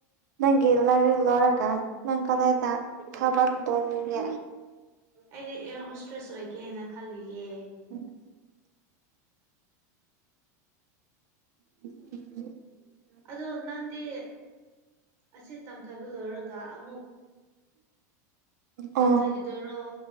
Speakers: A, on the right; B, on the right.
A: ꯅꯪ ꯌꯦꯂꯔ ꯏ ꯂꯣꯔꯒ ꯅꯪ ꯀꯗꯥ ꯗ ꯊꯕꯒ ꯗꯅꯤꯡꯦ
B: ꯑꯩꯗꯤ ꯑꯦꯔ ꯍꯣꯁꯇ꯭ꯔꯦꯁ ꯑꯣꯏꯒꯦꯅ ꯈꯜꯂꯤꯌꯦꯦ
A: ꯎꯝ <inaudible>
B: ꯑꯗꯨ ꯅꯪꯗꯤ ꯑꯁꯤ ꯇꯝꯊꯕ ꯂꯣꯏꯔꯒ ꯑꯃꯨꯛ
A: ꯑꯣ
B: ꯇꯝꯊꯈꯤꯗꯔꯣ